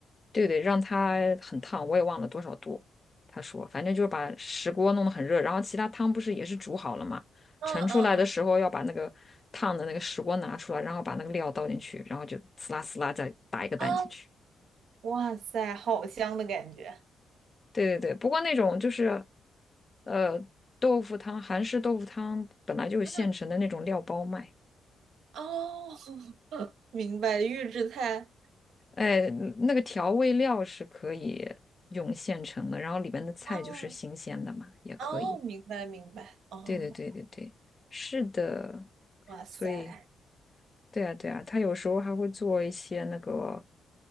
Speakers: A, on the left; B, on the right.
A: 对对，让它很烫，我也忘了多少度。他说，反正就是把石锅弄得很热，然后其他汤不是也是煮好了嘛，
B: 嗯嗯
A: 盛出来的时候要把那个烫的那个石锅拿出来，然后把那个料倒进去，然后就呲啦呲啦再打一个蛋进去。
B: 嗯，哦，哇塞，好香的感觉，
A: 对对对，不过那种就是，呃，豆腐汤，韩式豆腐汤本来就是现成的那种料包卖，
B: 嗯，哦，<laughs> 明白，预制菜，
A: 哎，那个调味料是可以用现成的，然后里面的菜就是新鲜的嘛，
B: 哦
A: 也可以。
B: 哦，明白明白，哦，
A: 对对对对对，是的，
B: 哇塞，
A: 所以对啊，对啊，他有时候还会做一些那个，